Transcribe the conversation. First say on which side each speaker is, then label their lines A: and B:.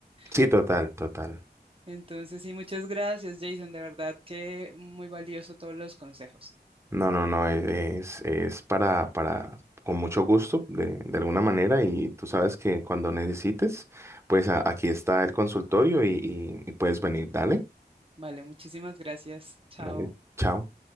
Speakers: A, on the right (about 15°); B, on the right (about 30°).
A: Sí,
B: <laughs>
A: total,
B: Entonces,
A: total.
B: entonces sí, muchas gracias, Jason, de verdad que muy valioso todos los consejos.
A: No, no, no, e- es, es para, para, con mucho gusto, de, de alguna manera, y tú sabes que cuando necesites, pues a- aquí está el consultorio y, y, y puedes venir. Dale,
B: Vale, muchísimas gracias. Chao.
A: dale, chao.